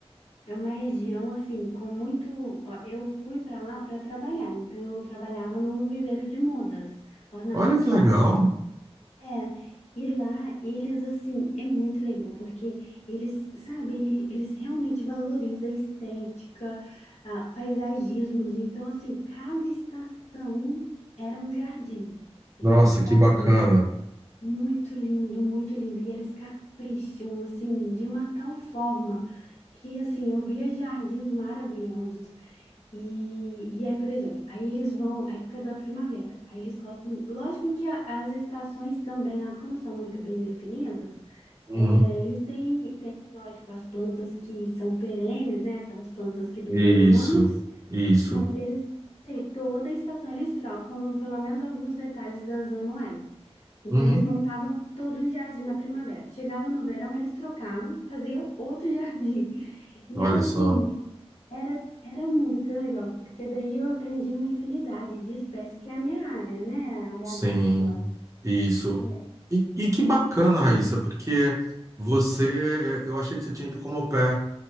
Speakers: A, on the left (about 80°); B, on the right (about 30°).
A: é uma região assim com muito. ó, eu fui para lá para trabalhar, então eu trabalhava num viveiro de mudas ornamentais.
B: Olha que legal.
A: É, e lá eles assim é muito legal porque eles, sabe, ele- eles realmente valorizam a estética, ah, paisagismos. Então assim, cada estação era um jardim. Eles
B: Nossa,
A: desfaziam
B: que bacana.
A: muito lindo, muito lindo. E eles capricham, assim, de uma tal forma que, assim, eu via jardins maravilhosos. E, e é, por exemplo, aí eles vão, a época da primavera, aí eles colocam. Lógico que a- as estações também lá, como são muito bem definidas,
B: Uhum.
A: é, eles têm, têm, lógico, as plantas que são perenes, né? Aquelas plantas que duram
B: Isso,
A: anos.
B: isso.
A: Mas eles, sim, toda estação eles trocam pelo menos alguns detalhes das anuais. Então
B: Uhum.
A: eles montavam todo um jardim na primavera. Chegava no verão, eles trocavam, faziam outro <laughs> jardim. E
B: Olha
A: era assim,
B: só.
A: era, era muito legal, porque daí eu aprendi uma infinidade de espécies, que é a minha área, né? A área
B: Sim,
A: agrícola.
B: isso.
A: É.
B: E, e que bacana, Raíssa, porque você, eu achei que você tinha ido como au pair